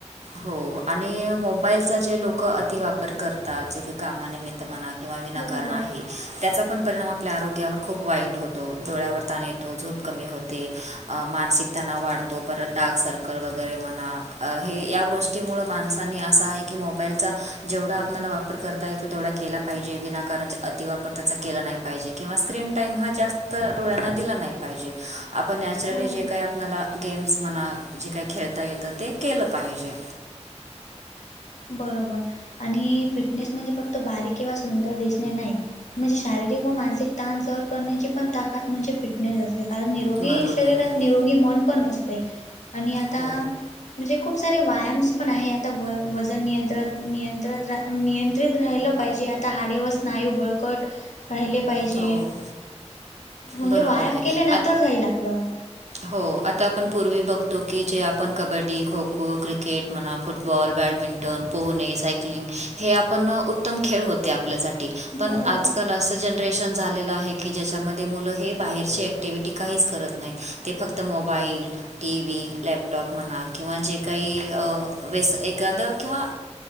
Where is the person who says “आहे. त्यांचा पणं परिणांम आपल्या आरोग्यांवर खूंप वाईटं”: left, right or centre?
Right